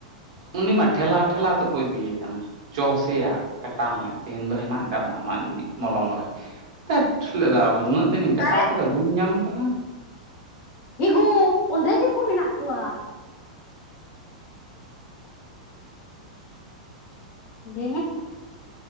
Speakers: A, on the right; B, on the left.
A: ᱩᱱᱤ ᱢᱟ ᱴᱷᱮᱞᱟᱣ ᱴᱷᱮᱞᱟᱣ ᱛᱮᱠᱚ ᱤᱫᱤᱭᱮ ᱠᱟᱱᱟ ᱪᱚ ᱥᱮᱭᱟᱜ ᱠᱟᱴᱟᱣ ᱢᱮ ᱛᱮᱦᱮᱧ ᱫᱚ ᱦᱮᱱᱟᱜ ᱟᱠᱟᱫᱟ ᱟᱢᱟᱜ ᱢᱚᱞᱚᱝ ᱨᱮ ᱫᱟᱹᱴ ᱞᱟᱹᱭ ᱮᱫᱟ ᱩᱱᱟᱹᱜ ᱫᱤᱱᱤᱧ
B: ᱚᱠᱟᱨᱮ
A: ᱠᱟᱴᱟᱣ ᱠᱮᱫᱟ ᱵᱟᱹᱧ ᱧᱟᱢ ᱟᱠᱟᱫᱟ
B: ᱤᱜᱩᱻ ᱚᱸᱰᱮ ᱜᱮᱠᱚ ᱢᱮᱱᱟᱜ ᱠᱚᱣᱟ ᱞᱟᱹᱭ ᱢᱮ